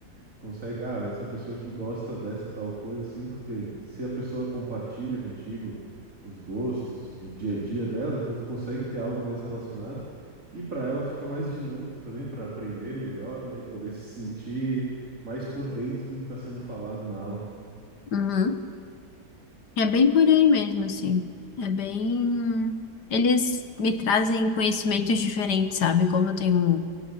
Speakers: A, on the right; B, on the left.
A: Tu consegue, ah, essa pessoa aqui gosta dessa tal coisa, assim, porque se a pessoa compartilha contigo os gostos, o dia a dia dela, então tu consegue ter algo mais relacionado. E para ela fica mais dinâmico também para aprender melhor, né? E poder se sentir mais por dentro do que está sendo falado na aula.
B: Uhum. É bem por aí mesmo, assim. É bem. Eles me trazem conhecimentos diferentes, sabe? Como eu tenho,